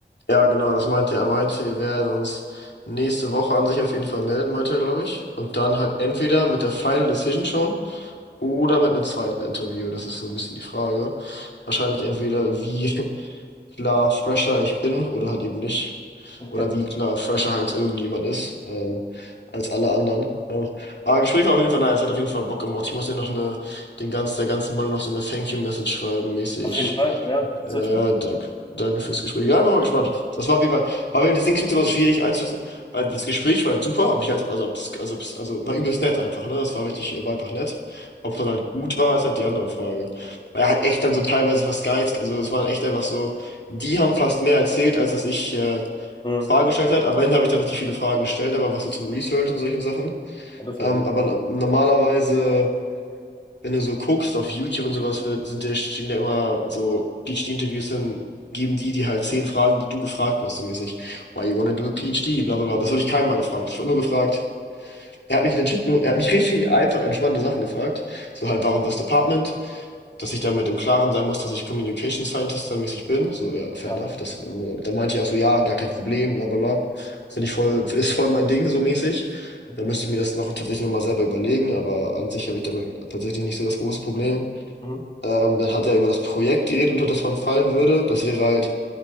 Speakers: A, on the left; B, on the left.
A: ja, genau, das meinte er. Er meinte, wir werden uns nächste Woche an sich auf jeden Fall melden, meinte er, glaube ich. Und dann halt entweder mit der Final Decision schon oder mit einem zweiten Interview. Das ist so ein bisschen die Frage. Wahrscheinlich entweder wie. klar fresher ich bin oder halt eben nicht.
B: Okay,
A: Oder
B: okay.
A: wie klar fresher halt irgendjemand ist, ähm, als alle anderen. Ähm, aber Gespräch war auf jeden Fall nice, hat auf jeden Fall Bock gemacht. Ich muss dir noch eine, den ganz, der ganzen Mann noch so eine Thank You-Message schreiben, mäßig.
B: Auf jeden Fall, ja. Das
A: Ja,
B: hört sich gut.
A: danke. Danke fürs Gespräch. Ja, bin mal gespannt. Das war auf jeden Fall, war mir das Ding ich find's immer so schwierig einzuschätzen, weil das Gespräch war halt super, ob ich halt, also ob das, also, ob's- also war übelst nett einfach, ne? Das war richtig, war einfach nett. Ob es dann halt gut war, ist halt die andere Frage. Weil er hat echt dann so teilweise fast gar nichts, also es war echt einfach so, die haben fast mehr erzählt, als dass ich äh,
B: an. Mhm.
A: Fragen gestellt hat. Am Ende habe ich dann richtig viele Fragen gestellt, aber was so zum Research und solchen Sachen.
B: Ja, das
A: Ähm,
B: wäre gut.
A: aber no- normalerweise, wenn du so guckst auf YouTube und sowas, wird- sind da, stehen da immer so PhD-Interviews, dann geben die dir halt zehn Fragen, die du gefragt wirst, so mäßig. Why you wanna do a PhD? Bla bla bla. Das wurde ich keinem mal gefragt. Ich wurde nur gefragt. Er hat mich legit nur, er hat mich richtig einfach entspannte Sachen gefragt. So halt, warum das Department? dass ich damit im Klaren sein muss, dass ich Communication Scientist dann mäßig bin. So, ja, fair
B: Ja.
A: enough. Das, äh, da meinte ich auch so, ja, gar kein Problem, bla bla bla. Finde ich voll, ist voll mein Ding, so mäßig.
B: Mhm.
A: Da müsste ich mir das noch tatsächlich nochmal selber überlegen, aber an sich habe ich damit tatsächlich nicht so das große Problem.
B: Mhm.
A: Ähm, dann hat er über das Projekt geredet, unter das man fallen würde. Das wäre halt